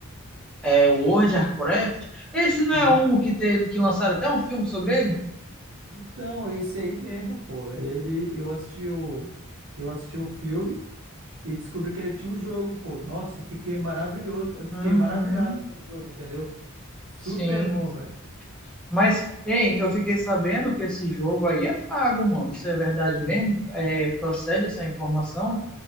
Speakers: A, in the centre; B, on the right.
A: é, World of Warcraft. Esse não
B: Uhum.
A: é um que teve que lançar até um filme sobre ele?
B: Então, esse aí mesmo, pô. Ele, eu assisti o, eu assisti o filme e descobri que ele tinha um jogo, pô. Nossa, eu fiquei maravilhoso, eu fiquei
A: Uhum,
B: maravilhado com o jogo, entendeu? Super
A: sim.
B: bom, velho.
A: Mas, hein, eu fiquei sabendo que esse jogo aí é pago, mano. Isso é verdade
B: Uhum.
A: mesmo? É, procede essa informação?